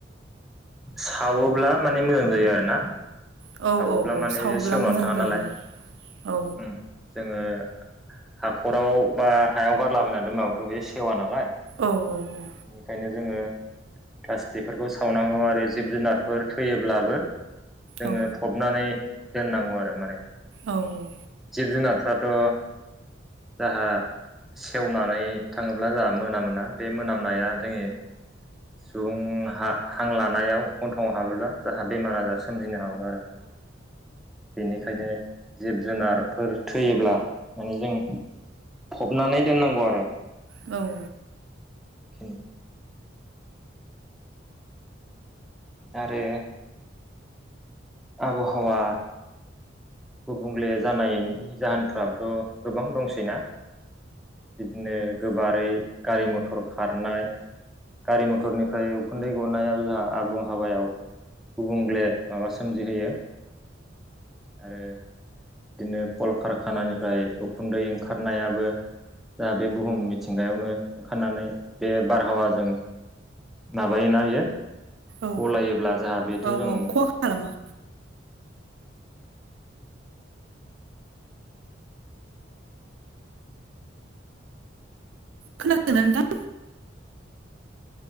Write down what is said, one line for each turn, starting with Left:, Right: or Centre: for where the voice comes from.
Centre: सावोब्ला माने मोजां जायो आरो ना।
Right: औ
Centre: सावोब्ला
Right: औ औ
Centre: माने
Right: सावब्ला
Centre: बे सेवनानै
Right: मोजां
Centre: थाङा
Right: जायो
Centre: नालाय
Right: औ
Centre: उम जोङो हाखराव बा हायाव गारलाबायनानै दोनबाबोथ' बे सेवा नालाय
Right: औ औ औ
Centre: बेनिखायनो जोङो प्लास्टिकफोरखौ सावनांगौ आरो जिब जुनारफोर थैयोब्लाबो जोङो
Right: औ
Centre: फबनानै दोननांगौ आरो माने।
Right: औ औ
Centre: जिब जुनारफोराथ' जाहा सेवनानै थाङोब्ला जाहा मोना मोना बे मोना नाया जोङो सुबुं हा हां लानायाव गन्थंआव हाबोब्ला जाहा बेमार आजार सोमजिनो हागौ आरो। बेनिखायनो जिब जुनारफोर थैयोब्ला माने जों फबनानै दोननांगौ आरो।
Right: औ
Centre: खिनि आरो आब'हावा गुबुंले जानायनि जाहोनफ्राबोथ' गोबां दंसैना। बिदिनो गोबारै गारि मथर खारनाय गारि मथ थरनिफ्राय उखुन्दै गनायाबो जाहा आबुं हावायाव गुबुंगले माबा सोमजिहोयो। आरो दिनो कलकारखानानिफ्राय उखुन्दै ओंखारनायाबो जा बे बुहुम मि थिंगायावनो ओंखारनानै बे बारहावाजों माबायोना बियो।
Right: औ
Centre: गलायोब्ला जोंहा बेथ'
Right: औ
Centre: जों
Right: औ खहा खालामो। खोनादो ना नोंथां?